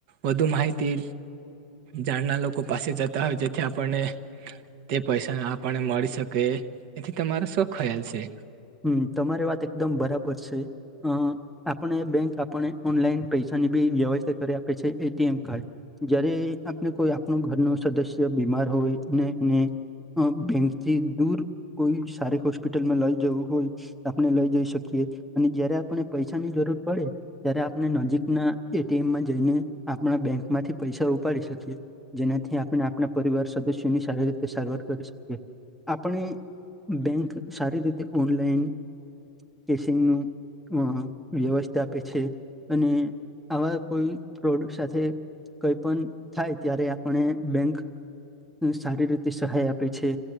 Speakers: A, on the right (about 45°); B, in the centre.
A: વધુ માહિતી ઝાડના લોકો પાસે જતા હોય જેથી આપણને. તે પૈસાને આપણને મળી શકે એથી તમારો શું ખ્યાલ છે?
B: હમ્મ તમારી વાત એકદમ બરાબર છે. અહહ- આપણે બેંક આપને ઓનલાઈન પૈસાની બી વ્યવસ્થા કરી આપે છે એટીએમ કાર્ડ. જયારે આપને કોઈ આપણ ઘરનો સદસ્ય બીમાર હોય અને એને અહ -બેંક થી દૂર કોઈ સારી હોસ્પિટલમાં લઈ જવું. હોય આપણે લઈ જઈ શકીએ અને જયારે આપને પૈસા ની જરૂર પડે. ત્યારે આપણે નજીકના એટીએમમાં જઈને આપણા બેંક માંથી પૈસા ઉપાડી શકીએ. જેનાથી આપણે આપણા પરિવાર સદસ્યોની સારી રીતે સારવાર કરી શકીએ આપણે બેંક સારી રીતે ઓનલાઈન કેશિંગનું અ વ્યવસ્થા આપે છે અને આવા કોઈ પ્રોડક્ટ સાથે કઈ પણ થાય ત્યારે આપણે બેંક સારી રીતે સહાય આપે